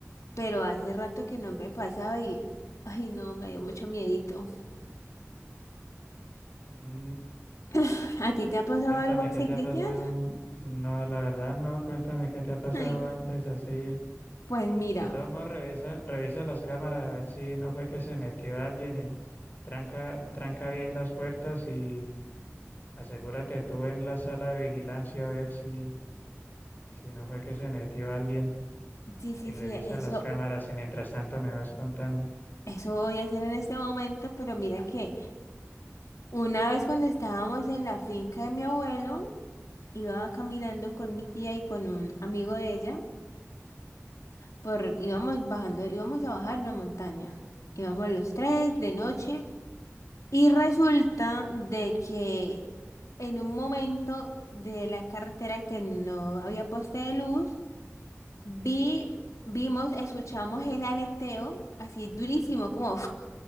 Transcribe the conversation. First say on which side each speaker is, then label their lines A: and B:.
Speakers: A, on the left; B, on the left.
A: pero hace rato que no me pasaba y, ay no, me dio mucho miedito.
B: Mm,
A: <laughs> ¿A ti te ha pasado
B: cuéntame
A: algo así,
B: qué te
A: Cristian?
B: ha pasado. mm, No, la verdad no, cuéntame qué te ha pasado
A: <laughs> Ay,
B: antes así.
A: pues mira,
B: De todos modos, revisa, revisa las cámaras a ver si no fue que se metió alguien y tranca, tranca bien las puertas y asegúrate tú en la sala de vigilancia a ver si, si no fue que se metió alguien
A: sí, sí,
B: y revisa
A: sí, eso,
B: las cámaras y mientras tanto me vas contando.
A: eso voy a hacer en este momento, pero mira que una vez cuando estábamos en la finca de mi abuelo, iba caminando con mi tía y con un amigo de ella, por, íbamos bajando, íbamos a bajar una montaña. Íbamos los tres de noche Y resulta de que en un momento de la carretera que no había poste de luz, vi, vimos, escuchamos el aleteo así durísimo, como